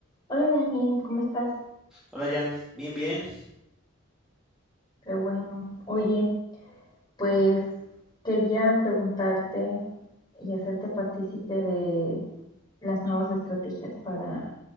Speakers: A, on the left (about 20°); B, in the centre.
A: Hola Dani, ¿cómo estás?
B: Hola Jan, bien, bien.
A: Qué bueno. Oye, pues quería preguntarte y hacerte partícipe de las nuevas estrategias para